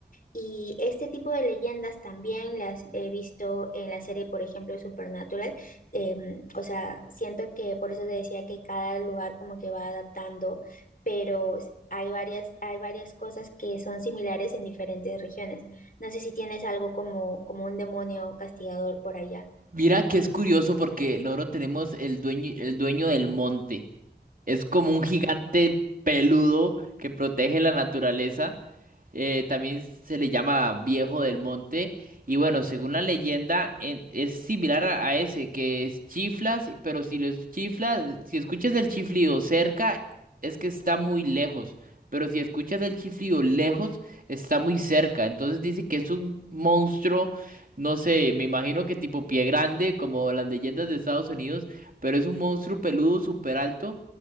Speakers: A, on the left (about 55°); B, on the right (about 55°).
A: Y este tipo de leyendas también las he visto en la serie, por ejemplo, Supernatural. Em, o sea, siento que por eso te decía que cada lugar como que va adaptando, pero s- hay varias, hay varias cosas que son similares en diferentes regiones. No sé si tienes algo como, como un demonio castigador por allá.
B: Mira que es curioso porque nosotros tenemos el dueño, el dueño del monte. Es como un gigante peludo que protege la naturaleza. eh, también se le llama Viejo del Monte. Y bueno, según la leyenda, en- es similar a, a ese, que es chiflas, pero si los chiflas, si escuchas el chiflido cerca, es que está muy lejos. Pero si escuchas el chiflido lejos, está muy cerca. Entonces dice que es un monstruo, no sé, me imagino que tipo pie grande, como las leyendas de Estados Unidos, pero es un monstruo peludo súper alto